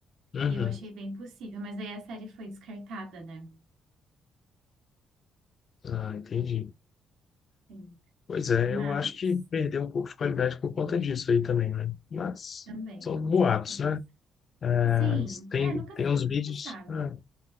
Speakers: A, on the left (about 50°); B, on the right (about 80°).
A: Uhum.
B: E eu achei bem possível, mas aí a série foi descartada, né?
A: Ah, entendi.
B: Sim.
A: Pois é,
B: Mas
A: eu acho que perdeu um pouco de qualidade por conta disso aí também, né? Mas
B: também,
A: são
B: com
A: boatos,
B: certeza.
A: né? Mas
B: Sim,
A: tem,
B: é, nunca
A: tem
B: se,
A: uns vídeos,
B: se sabe.
A: ah,